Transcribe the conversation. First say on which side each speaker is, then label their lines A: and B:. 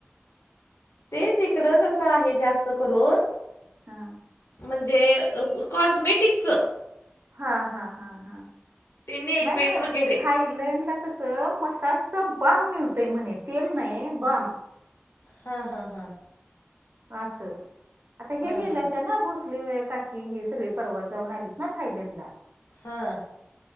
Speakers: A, on the left; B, on the right.
A: ते तिकडं कसं आहे. जास्त करून
B: <unintelligible>
A: म्हणजे कॉस्मेटिकचं.
B: हा, हा, हा, हा,
A: ते नेल
B: नाही,
A: पेंट
B: नाही,
A: वगैरे
B: थाय लेंलंडला कसं मसाजचा बाम मिळतोय म्हणे, तेल नाही बाम.
A: हा, हा, हा.
B: असं, आता हे
A: हां
B: गेलं
A: हां
B: होत्यांना भोसले काकी. की हे सगळी परवा जाऊन आलीत ना थायलंड ला.
A: हा.